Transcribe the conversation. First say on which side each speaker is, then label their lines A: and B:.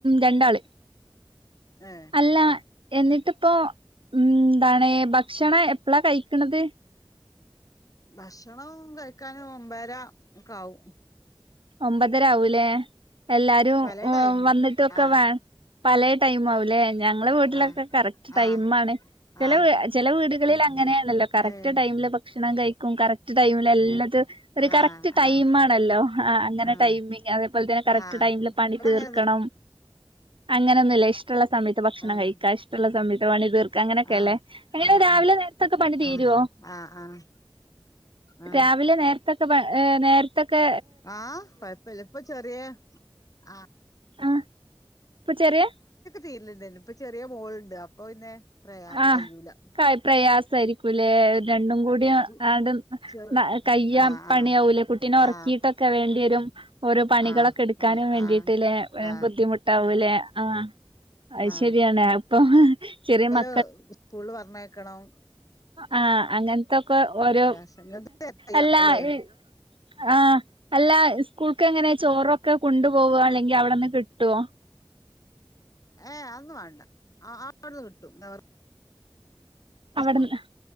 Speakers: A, on the right (about 75°); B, on the left (about 40°).
A: രണ്ടാൾ
B: ഏഹ്
A: അല്ലാ എന്നിട്ടിപ്പോ ഉം ന്താണ് ഭക്ഷണം എപ്പളാ കഴിക്ക്ണത്
B: ഭക്ഷണം കഴിക്കാൻ ഒമ്പേര ഒക്ക ആവും.
A: ഒമ്പതര ആവൂലേ എല്ലാവരും
B: പല ടൈമ്
A: വന്നിട്ടൊക്കെ
B: ആഹ്
A: വേ പലേ ടൈമാവു ല്ലേ ഞങ്ങള വീട്ടിലൊക്കെ
B: ആഹ്
A: കറക്റ്റ് ടൈംമ്മാണ്
B: ആഹ്
A: ചെലെവീ
B: ആഹ്
A: ചെലെ വീടുകളിലങ്ങനെയാണല്ലോ കറക്റ്റ്
B: ഏഹ്
A: ടൈമില് ഭക്ഷണം കഴി ക്കും കക്ട് ടൈമില് എല്ലാത് ഒരു കറക്റ്റ്
B: ആഹ്
A: ടൈമ്മാണല്ലോ
B: ആഹ്
A: ആ അങ്ങനെ
B: ആഹ്
A: ടൈമിങ് അതേപോലെ തന്നെ കറക്റ്റ്
B: ആഹ്
A: ടൈമില് പണി
B: ഇവിടെ
A: തീർക്കണം
B: അങ്ങനൊന്നും
A: അങ്ങനെയൊന്നുമില്ല ഇഷ്ടമുള്ള സമയത്ത് ഭക്ഷണം
B: ആഹ്
A: കഴിക്ക ഇഷ്ടമുള്ള സമയത്ത് പണി തീർക്കാ അങ്ങനെയൊക്കെല്ലേ
B: ആഹ് ആഹ്
A: എങ്ങനെ
B: ആഹ്
A: രാവിലെ നേരത്തൊക്കെ പണി
B: ആഹ്
A: തീരുവോ
B: ആഹ് ആഹ് ആഹ്
A: രാവിലെ നേര് <unintelligible> ഏ നേര്ത്തൊക്കെ
B: ആ കൊഴ്പ്പല്ല ഇപ്പൊ ചെറിയേ ആ
A: ആ ഇപ്പൊ ചെറിയ
B: ചെയുന്നുണ്ട് ഇപ്പോ ചെറിയ മോളുണ്ട് അപ്പൊ പിന്നെ പ്രയാ
A: ആ
B: കയ്യൂല
A: <inaudible> പ്രയാസ സരിക്കുലേ രണ്ടും കൂടി അ
B: സ്കൂ
A: ആണ്ട്
B: ചെറ്
A: കയ്യാൻ
B: ആ
A: പണിയാവൂലെ
B: ആ
A: കുട്ടീനെ ഉറക്കിട്ടൊക്കെ
B: ആ
A: വേണ്ടി കം ഓരോ പണികളൊക്കെ
B: ആ
A: എടുക്കാനും
B: പണി
A: വേണ്ടിയിട്ടില്ലേ
B: ആ ആ
A: ബുദ്ധിമുട്ടാവുലേ ആ അത്
B: ആ
A: ശരിയാണ് അ ഇപ്പം ചെറിയ മ
B: <unintelligible> സ്കൂള് ല് പറഞ്ഞയ ക്കണം
A: ആഹ് അങ്ങനത്തൊക്കെ ഓരോ
B: പ്രയാസം നിങ്ങൾക്ക് അറിയാവൂലേ
A: അല്ലാ ഇ ആഹ് അല്ല സ്കൂൾക്ക് എങ്ങനെ ചോറൊ ക്കെ കുണ്ടു പോവോ അല്ലെങ്കിൽ അവിടെന്ന് കിട്ടുവോ
B: ഏ അ ഒന്നും വാണ്ട അവിടുന്ന് കിട്ടും <unintelligible>
A: അവിടെന്ന്
B: സ്കൂൾ